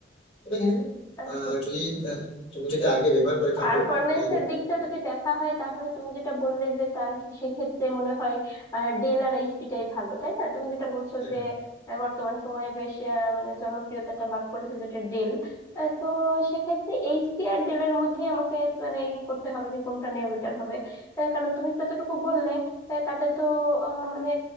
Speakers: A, on the left; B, on the left.
A: তবে হ্যাঁ,
B: আচ্ছা
A: আহ, যদি আহ, তুমি যদি আগে ব্যবহার করে থাকো
B: পারফরমেন্সের
A: তাহলে
B: দিকটা যদি দেখা হয় তাহলে তুমি যেটা বললে যে তার খে- সেক্ষেত্রে মনে হয় আহ, ডেল আর এইচপিটাই ভালো তাই না তুমি যেটা বলছো
A: হ্যাঁ
B: যে আহ, বর্তমান সময়ে বেশ আহ, মানে জনপ্রিয়তাটা লাভ করেছে যেটা ডেল আহ, তো সেক্ষেত্রে এইচপি আর ডেলের মধ্যে আমাকে মানে ই করতে হবে যে কোনটা নেওয়া বেটার হবে আহ, কারণ তুমি যতটুকু বললে আহ, তাতে তো আহ, মানে